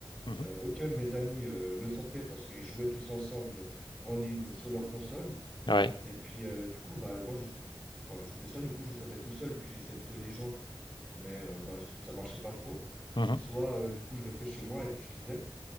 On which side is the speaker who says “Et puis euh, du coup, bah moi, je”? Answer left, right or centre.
Centre